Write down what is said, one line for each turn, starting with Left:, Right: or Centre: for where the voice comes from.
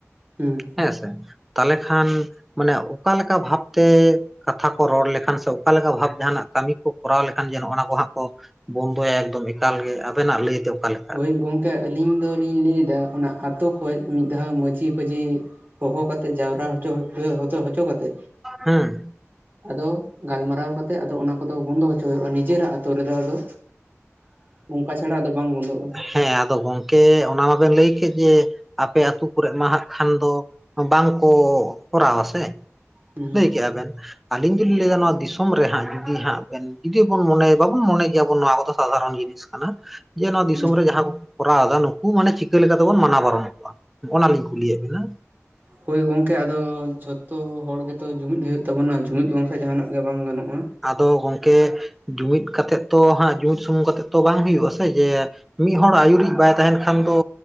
Right: ᱦᱮᱸ
Centre: ᱦᱮᱸ ᱥᱮ ᱛᱟᱦᱚᱞᱮ ᱠᱷᱟᱱ ᱢᱟᱱᱮ ᱚᱠᱟ ᱞᱮᱠᱟ ᱵᱷᱟᱵᱛᱮ ᱠᱟᱛᱷᱟ ᱠᱚ ᱨᱚᱲ ᱞᱮᱠᱷᱟᱱ ᱥᱮ ᱚᱠᱟ ᱞᱮᱠᱟ ᱵᱷᱟᱵᱽ ᱡᱟᱦᱟᱱᱟᱜ ᱠᱟᱹᱢᱤ ᱠᱚ ᱠᱚᱨᱟᱣ ᱞᱮᱠᱷᱟᱱ ᱡᱮ ᱚᱱᱟ ᱠᱚ ᱦᱟᱸᱜ ᱠᱚ ᱵᱚᱱᱫᱚᱭᱟ ᱮᱠᱫᱚᱢ ᱮᱠᱟᱞ ᱜᱮ ᱟᱵᱮᱱᱟᱜ ᱞᱟᱹᱭ ᱛᱮ ᱚᱠᱟ ᱞᱮᱠᱟ
Right: ᱦᱳᱭ ᱜᱚᱝᱠᱮ ᱟᱹᱞᱤᱧ ᱫᱚᱞᱤᱧ ᱞᱟᱹᱭᱮᱫᱟ ᱚᱱᱟ ᱟᱛᱳ ᱠᱷᱚᱱ ᱢᱤᱫ ᱫᱷᱟᱣ ᱢᱟᱺᱡᱷᱤ ᱯᱟᱹᱡᱷᱤ ᱦᱚᱦᱚ ᱠᱟᱛᱮᱫ ᱡᱟᱣᱨᱟ ᱦᱚᱪᱚ ᱦᱚᱚ ᱦᱚᱪᱚ ᱠᱟᱛᱮ
Centre: ᱦᱮᱸ
Right: ᱟᱫᱚ ᱜᱟᱞᱢᱟᱨᱟᱣ ᱠᱟᱛᱮᱜ ᱟᱫᱚ ᱚᱱᱟ ᱠᱚᱫᱚ ᱵᱚᱱᱫᱚ ᱦᱚᱪᱚ ᱦᱩᱭᱩᱜᱼᱟ ᱱᱤᱡᱮᱨᱟᱜ ᱟᱛᱳ ᱨᱮᱫᱚ ᱟᱫᱚ ᱱᱚᱝᱠᱟ ᱪᱷᱟᱲᱟ ᱟᱫᱚ ᱵᱟᱝ ᱵᱚᱱᱫᱚᱜᱼᱟ
Centre: ᱦᱮᱸ ᱟᱫᱚ ᱜᱚᱝᱠᱮ ᱚᱱᱟ ᱢᱟᱵᱮᱱ ᱞᱟᱹᱭ ᱠᱮᱫ ᱡᱮ ᱟᱯᱮ ᱟᱛᱩ ᱠᱚᱨᱮ ᱢᱟ ᱦᱟᱸᱜ ᱠᱷᱟᱱ ᱫᱚ ᱵᱟᱝ ᱠᱚ ᱠᱚᱨᱟᱣᱟ ᱥᱮ
Right: ᱦᱩᱸ
Centre: ᱞᱟᱹᱭ ᱠᱮᱜᱼᱟ ᱵᱮᱱ ᱟᱞᱤᱧ ᱫᱚᱞᱤᱧ ᱞᱟᱹᱭᱟ ᱱᱚᱣᱟ ᱫᱤᱥᱚᱢ ᱨᱮ ᱦᱟᱸᱜ ᱡᱩᱫᱤ ᱦᱟᱸᱜ ᱡᱩᱫᱤᱵᱚᱱ ᱢᱚᱱᱮᱭᱟ ᱵᱟᱵᱚᱱ ᱢᱚᱱᱮᱭ ᱜᱮᱭᱟᱵᱚᱱ ᱱᱚᱣᱟ ᱠᱚᱫᱚ ᱥᱟᱫᱷᱟᱨᱚᱱ ᱡᱤᱱᱤᱥ ᱡᱮ ᱱᱚᱣᱟ
Right: ᱦᱩᱸ
Centre: ᱫᱤᱥᱚᱢ ᱨᱮ ᱡᱟᱦᱟᱸ ᱠᱚ ᱱᱚᱣᱟ ᱟᱫᱟᱱ ᱠᱩ ᱢᱟᱱᱮ ᱪᱤᱠᱟᱹ ᱞᱮᱠᱟᱛᱮᱵᱚᱱ ᱢᱟᱱᱟᱣ ᱵᱟᱨᱚᱱ ᱠᱚᱣᱟ ᱚᱱᱟ ᱞᱤᱧ ᱠᱩᱞᱤᱭᱮᱫ ᱵᱤᱱᱟ
Right: ᱦᱳᱭ ᱜᱚᱝᱠᱮ ᱟᱫᱚ ᱡᱷᱚᱛᱚ ᱦᱚᱲ ᱜᱮᱛᱚ ᱡᱩᱢᱤᱫ ᱦᱩᱭᱩᱜ ᱛᱟᱵᱚᱱᱟ ᱡᱩᱢᱤᱫ ᱜᱚᱝᱠᱟᱱ ᱡᱟᱦᱱᱟᱜ ᱜᱮ ᱵᱟᱝ ᱜᱟᱱᱚᱜᱼᱟ
Centre: ᱟᱫᱚ ᱜᱚᱝᱠᱮ ᱡᱩᱢᱤᱫ ᱠᱟᱛᱮᱜ ᱛᱚ ᱦᱟᱸᱜ ᱡᱩᱢᱤᱫ ᱥᱩᱢᱩᱝ ᱠᱟᱛᱮᱜ ᱛᱚ ᱵᱟᱝ ᱦᱩᱭᱩᱜᱼᱟ ᱥᱮ ᱡᱮ ᱢᱤᱫ ᱦᱚᱲ ᱟᱹᱭᱩᱨᱤᱡ ᱵᱟᱭ ᱛᱟᱦᱮᱱ ᱠᱷᱟᱱ ᱫᱚ